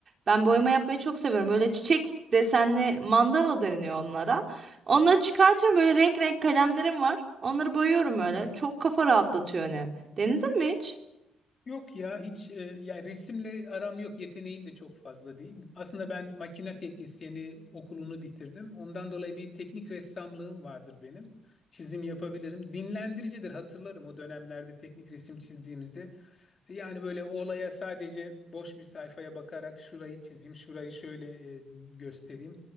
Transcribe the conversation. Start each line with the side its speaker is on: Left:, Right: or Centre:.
Right: Ben boyama yapmayı çok seviyorum. Böyle çiçek desenli mandala deniyor onlara. Onları çıkartıyorum. Böyle renk renk kalemlerim var. Onları boyuyorum böyle. Çok kafa rahatlatıyor hani. Denedin mi hiç?
Left: Yok ya hiç e, yani resimle aram yok yeteneğim de çok fazla değil. Aslında ben makine teknisyeni okulunu bitirdim. Ondan dolayı bir teknik ressamlığım vardır benim. Çizim yapabilirim. Dinlendiricidir hatırlarım o dönemlerde teknik resim çizdiğimizde Yani böyle o olaya sadece boş bir sayfaya bakarak şurayı çizeyim, şurayı şöyle e, göstereyim